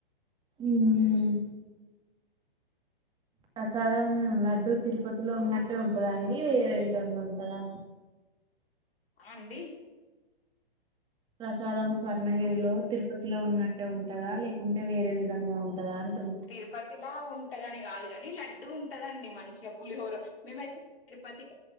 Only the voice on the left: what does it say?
ఆ అండి.
తిరుపతి లో ఉంటా దాన్ని కాదు గాని. లడ్డు ఉంటుందండి మంచిగా పులిహోర మేమైతే తిరుపతికి